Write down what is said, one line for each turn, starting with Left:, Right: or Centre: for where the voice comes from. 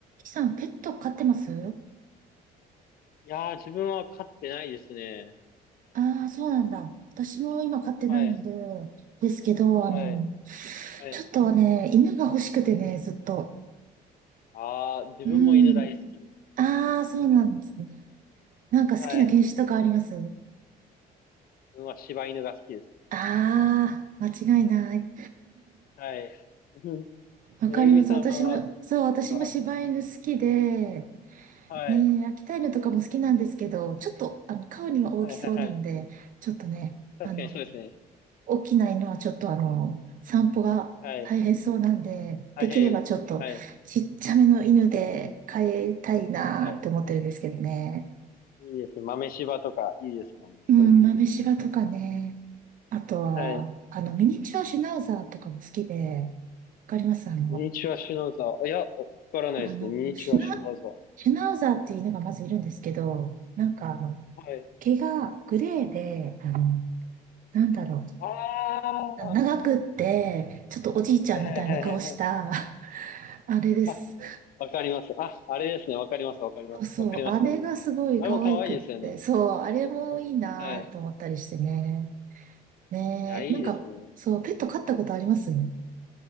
Right: さん、ペット飼ってます
Left: いやー、自分は飼ってないですね。
Right: ああー、そうなんだ。私も今飼ってないんで、
Left: はい、
Right: ですけど、
Left: はい、
Right: あの、
Left: はい。
Right: ちょっとはね、犬が欲しくてね、ずっと。
Left: あー、自分も犬大好きです。
Right: うん。ああ、そうなんですね。なんか好きな犬種とかあります
Left: はい。自分は柴犬が好きですね。
Right: ああー、間違いない。
Left: はい。うん
Right: わかります。
Left: めぐみさんは、
Right: 私も、そう、私も柴犬好きで、
Left: は、はい、
Right: ねえ、秋田犬とかも好きなんですけど、ちょっと、あの、顔には大きそうなんで、
Left: はい、はい、はい。
Right: ちょっとね、
Left: 確かにそうですね。
Right: あの、起きないのはちょっとあの、散歩が大変そうなんで、
Left: はい。大変、
Right: できればちょっとちっちゃめの犬で飼いたいなーって思ってるんですけどね。
Left: はい、はい。いいですね。豆柴とかいいですもんね。
Right: うん、
Left: それで言うと。
Right: 豆柴とかね。あとは、
Left: はい。
Right: あの、ミニチュアシュナウザーとかも好きで、わかりますあの、
Left: ミニチュアシュナウザー。いや、わからないですね。
Right: あの、
Left: ミニチュアシュナウザー。
Right: シュナ、シュナウザーっていう犬がまずいるんですけど、なんかあの、
Left: はい。
Right: 毛がグレーで、あの、なんだろう、
Left: あ
Right: 長くって、
Left: ー、
Right: ちょっとおじいちゃんみたいな顔した、
Left: はい、はい、はい、はい。はい
Right: <laughs> あれです。
Left: あ、わかります。あ、あれですね。わかります。わかります。
Right: そうそう、
Left: わかりました。
Right: あれがすごい可愛くって、
Left: あれも可愛いですよね。
Right: そう、あれもいいなと思ったりしてね。
Left: はい。
Right: ねえ、
Left: いや、いいですね。
Right: なんか、そう、ペット飼ったことありますい